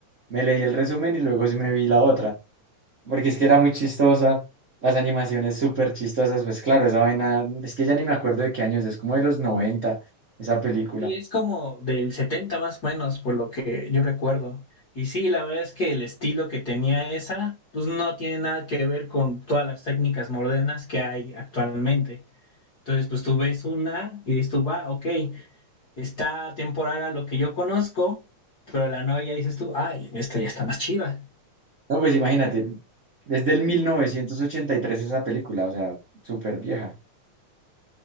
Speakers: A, on the right; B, on the left.
A: me leí el resumen y luego sí me vi la otra, porque es que era muy chistosa, las animaciones súper chistosas, pues claro, esa vaina, es que ya ni me acuerdo de qué años, es como de los 90 esa película.
B: Sí, es como del 70 más o menos, por lo que yo recuerdo. Y sí, la verdad es que el estilo que tenía esa, pues no tiene nada que ver con todas las técnicas modernas que hay actualmente. Entonces, pues tú ves una y dices tú, va, ok, está temporal a lo que yo conozco, pero la nueva ya dices tú, ay, esta ya está más chiva.
A: No, pues imagínate, es del 1983 esa película, o sea, súper vieja.